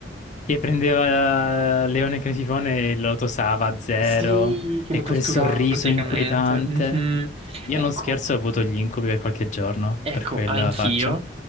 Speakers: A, on the left; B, on the right.
A: Che prendeva Leone Cretifone e lo tosava a zero.
B: Sì, che
A: E
B: lo torturava
A: quel sorriso
B: praticamente.
A: inquietante.
B: Mhm.
A: Io
B: Ecco,
A: non scherzo, ho avuto gli incubi per qualche giorno,
B: Ecco,
A: per quella
B: anch'io,
A: faccia.